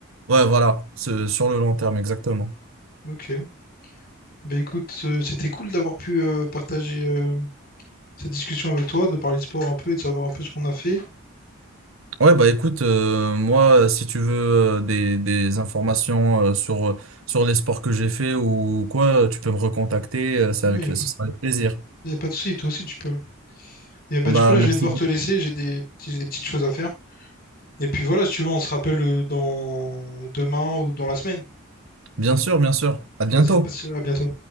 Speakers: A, on the right; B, on the left.
A: Ouais, voilà, ce- sur le long terme, exactement.
B: Ok. Bah écoute, euh, c'était cool d'avoir pu euh, partager euh, cette discussion avec toi, de parler de sport un peu et de savoir un peu ce qu'on a fait.
A: Ouais, bah écoute, euh, moi, si tu veux euh, des, des informations euh, sur, euh, sur les sports que j'ai fait ou quoi, tu peux me recontacter, euh, c'est
B: Il
A: avec,
B: y a,
A: ce
B: pas-
A: sera avec plaisir.
B: y a pas de souci, toi aussi tu peux. Et bah
A: Bah
B: du coup là,
A: merci
B: je vais devoir
A: beaucoup.
B: te laisser, j'ai des, j'ai des petites choses à faire. Et puis voilà, si tu veux, on se rappelle euh, dans demain ou dans la semaine.
A: Bien sûr, bien sûr. À bientôt.
B: Vas-y, passe, à bientôt.